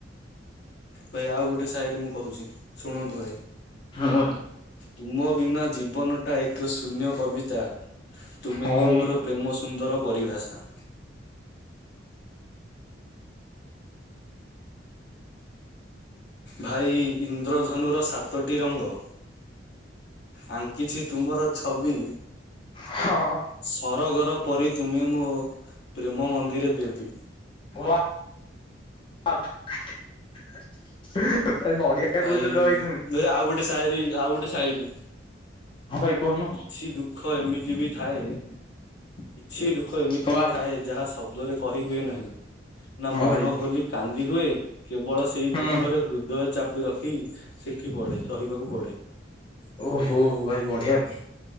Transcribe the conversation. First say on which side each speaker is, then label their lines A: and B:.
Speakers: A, on the left (about 65°); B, on the left (about 25°).
A: ଭାଇ ଆଉ ଗୋଟେ ସାଇରୀ ମୁଁ କହୁଚି ଶୁଣନ୍ତୁ ଭାଇ।
B: ହଁ ଭାଇ
A: ତୁମ ବିନା ଜୀବନ ଟା ଏକ ଶୂନ୍ୟ କବିତା ତୁମେ
B: ହଁ ଭାଇ
A: ହିଁ ମୋର ପ୍ରେମ ସୁନ୍ଦର ପରିଭାଷା। ଭାଇ ଇନ୍ଦ୍ରଧନୁ ର ସାତଟି ରଙ୍ଗ। ଆଙ୍କିଛି ତୁମର ଛବି
B: ହଁ- ଅ।
A: ସରଗ ର ପରି ତୁମେ ମୋ ପ୍ରେମ ମନ୍ଦିରେ ଦେବୀ।
B: <inaudible> <inaudible> ଭାଇ ବଢିଆ କହୁଛ
A: ଭାଇ-
B: ତ ତୁମେ
A: ଭାଇ ଆଉ ଗୋଟେ ସାଏରୀ ଆଉ ଗୋଟେ ସାଏରୀ।
B: ହଁ ଭାଇ କହୁନୁ।
A: କିଛି ଦୁଃଖ ଏମିତି ବି ଥାଏ କିଛି ଦୁଃଖ ଏମିତି
B: ୱା ଭାଇ
A: ବି ଥାଏ ଯାହା ଶବ୍ଦରେ କହିହୁଏ ନାହିଁ। ନା
B: ହଁ
A: ମନ
B: ଭାଇ
A: ଖୋଲି କାନ୍ଦି ହୁଏ କେବଳ ସେଇ
B: ହୁଁ
A: ଦୁଃଖରେ ହୃଦୟ ଚାପି ରଖି ସେଠି ପଡେ ସହିବାକୁ ପଡେ।
B: ଓ ହୋ ହୋ ଭାଇ ବଢିଆ